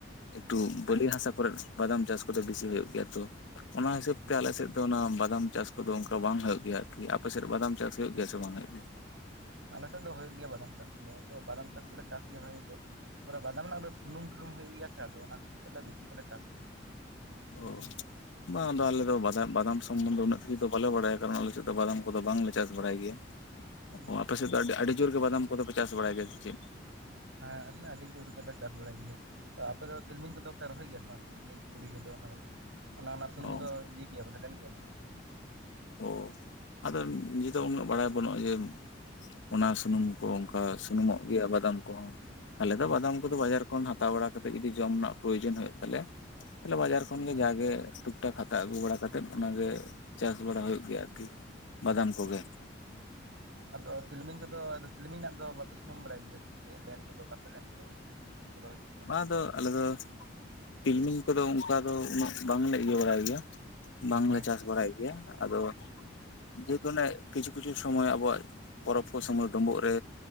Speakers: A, on the left; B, on the right.
A: ᱮᱠᱴᱩ ᱵᱟᱹᱞᱤ ᱦᱟᱥᱟ ᱠᱚᱨᱮ ᱵᱟᱫᱟᱢ ᱪᱟᱥ ᱠᱚᱫᱚ ᱵᱤᱥᱤ ᱦᱩᱭᱩᱜ ᱜᱮᱭᱟ ᱛᱚ᱾ ᱚᱱᱟ ᱦᱤᱥᱟᱹᱵ
B: ᱦᱮᱸ
A: ᱛᱮ ᱟᱞᱮ ᱥᱮᱫ ᱚᱱᱟ ᱵᱟᱫᱟᱢ ᱪᱟᱥ ᱠᱚᱫᱚ ᱚᱱᱠᱟ ᱵᱟᱝ ᱦᱩᱭᱩᱜ ᱜᱮᱭᱟ ᱟᱨᱠᱤ ᱟᱯᱮᱥᱮᱫ ᱵᱟᱫᱟᱢ ᱪᱟᱥ ᱦᱩᱭᱩᱜ ᱜᱮᱭᱟ ᱥᱮ ᱵᱟᱝ ᱦᱩᱭᱩᱜ ᱜᱮᱭᱟ?
B: ᱟᱞᱮᱮᱥᱮᱫ ᱫᱚ ᱦᱩᱭᱩᱜᱭ ᱜᱮᱭᱟ ᱵᱟᱫᱟᱢ ᱪᱟᱥ ᱠᱚᱫᱚ ᱟᱫᱚ ᱵᱟᱫᱟᱢ ᱪᱟᱥ ᱫᱚᱞᱮ ᱪᱟᱥ ᱜᱮᱭᱟ ᱵᱷᱟᱜᱤ ᱜᱮ ᱛᱮ ᱵᱟᱫᱟᱢ ᱨᱮᱱᱟᱜ ᱫᱚ ᱥᱩᱱᱩᱢ ᱰᱩᱞᱩᱝ ᱦᱩᱭᱩᱜ ᱜᱮᱭᱟ ᱥᱮ ᱟᱫᱚ ᱚᱱᱟ ᱠᱷᱟᱛᱤᱨ ᱵᱤᱥᱤ ᱜᱮᱞᱮ ᱪᱟᱥ
A: ᱚ ᱵᱟᱝ ᱟᱫᱚ ᱟᱞᱮᱫ ᱫᱚ ᱵᱟᱡᱟ ᱵᱟᱫᱟᱢ ᱥᱚᱢᱢᱚᱱᱫᱚ ᱫᱚ ᱩᱱᱟᱹᱜ ᱥᱤ ᱫᱚ ᱵᱟᱞᱮ ᱵᱟᱲᱟᱭᱟ ᱠᱟᱨᱚᱱ ᱟᱞᱮ ᱪᱮᱫ ᱫᱚ ᱵᱟᱫᱟᱢ ᱠᱚᱫᱚ ᱵᱟᱝᱞᱮ ᱪᱟᱥ ᱵᱟᱲᱟᱭ ᱜᱮᱭᱟ ᱾
B: ᱜᱮᱭᱟ᱾
A: ᱚ ᱟᱯᱮ ᱥᱮᱫ ᱫᱚ ᱟᱹᱰᱤ ᱡᱳᱨ ᱜᱮ ᱵᱟᱫᱟᱢ ᱠᱚᱫᱚᱯᱮ ᱪᱟᱥ ᱵᱟᱲᱟᱭ ᱜᱮᱭᱟ ᱥᱮ ᱪᱮᱫ?
B: ᱦᱮᱸ ᱟᱞᱮ ᱟᱹᱰᱤ ᱡᱳᱨ ᱜᱮᱞᱮ ᱪᱟᱥ ᱵᱟᱲᱟᱭ ᱜᱮᱭᱟ ᱾ ᱟᱯᱮᱫ ᱫᱚ ᱛᱤᱞᱢᱤᱧ ᱠᱚᱫᱚ ᱯᱮ ᱨᱚᱦᱚᱭ ᱜᱮᱭᱟ ᱵᱟᱝ ᱛᱤᱞᱢᱤᱧ ᱛᱩᱲᱤ ᱠᱚᱫᱚ ᱚᱱᱟ ᱠᱚ? ᱚᱱᱟ ᱚᱱᱟ ᱥᱩᱱᱩᱢ
A: ᱚ
B: ᱫᱚ ᱡᱤ ᱜᱮᱭᱟ ᱯᱮ ᱥᱮ ᱞᱮᱱ ᱜᱮᱭᱟ
A: ᱚ ᱟᱫᱚ ᱱᱤᱡᱮᱫᱚ ᱩᱱᱟᱹᱜ ᱵᱟᱲᱟᱭ ᱵᱟᱹᱱᱩᱜᱼᱟ ᱡᱮ ᱚᱱᱟ ᱥᱩᱱᱩᱢ ᱠᱚ ᱚᱝᱠᱟ ᱥᱩᱱᱩᱢᱚᱜ ᱜᱮᱭᱟ ᱵᱟᱫᱟᱢ ᱠᱚᱦᱚᱸ᱾ ᱟᱞᱮ ᱫᱚ
B: ᱦᱮᱸ
A: ᱵᱟᱫᱟᱢ ᱠᱚᱫᱚ ᱵᱟᱡᱟᱨ ᱠᱷᱚᱱ ᱦᱟᱛᱟᱣ ᱵᱟᱲᱟ ᱠᱟᱛᱮᱜ ᱡᱩᱫᱤ ᱡᱚᱢ ᱱᱟᱜ ᱯᱨᱚᱭᱳᱡᱚᱱ ᱦᱩᱭᱩᱜ ᱛᱟᱞᱮᱭᱟ ᱛᱟᱞᱮ ᱵᱟᱡᱟᱨ ᱠᱷᱚᱱ
B: ᱦᱮᱸ
A: ᱜᱮ ᱡᱟᱜᱮ ᱴᱩᱠᱴᱟ ᱦᱟᱛᱟᱣ ᱟᱹᱜᱩ ᱵᱟᱲᱟ ᱠᱟᱛᱮᱜ ᱚᱱᱟᱜᱮ ᱪᱟᱥ ᱵᱟᱲᱟ ᱜᱮᱭᱟ ᱟᱨᱠᱤ᱾ ᱵᱟᱫᱟᱢ
B: ᱟᱪ
A: ᱠᱚᱜᱮ
B: ᱟᱫᱚ ᱛᱤᱞᱢᱤᱧ ᱠᱚᱫᱚ ᱟᱫᱚ ᱛᱤᱞᱢᱤᱧ ᱨᱮᱱᱟᱜ ᱫᱚ ᱵᱟᱯᱮ ᱥᱩᱱᱩᱢ ᱵᱟᱲᱟᱭ ᱜᱮᱭᱟ? ᱞᱮᱱ ᱠᱚᱫᱚ ᱵᱟᱯᱮ ᱞᱮᱱ <unintelligible> ᱨᱚᱦᱚᱭ ᱠᱚᱫᱚ?
A: ᱟᱫᱚ ᱟᱞᱮ ᱫᱚ ᱛᱤᱞᱢᱤᱧ ᱠᱚᱫᱚ ᱚᱝᱠᱟ ᱫᱚ ᱩᱱᱟᱹᱜ ᱵᱟᱝᱞᱮ ᱤᱭᱟᱹ ᱵᱟᱲᱟᱭ ᱜᱮᱭᱟ ᱾ ᱵᱟᱝᱞᱮ
B: ᱦᱮᱸ
A: ᱪᱟᱥ ᱵᱟᱲᱟᱭ ᱜᱮᱭᱟ ᱟᱫᱚ ᱡᱮ ᱚᱱᱮ ᱠᱤᱪᱷᱩ ᱠᱤᱪᱷᱩ ᱥᱚᱢᱚᱭ ᱟᱵᱚᱣᱟᱜ ᱯᱚᱨᱚᱵᱽ ᱠᱚ ᱥᱚᱢᱚᱭ ᱰᱩᱢᱵᱩᱜ ᱨᱮ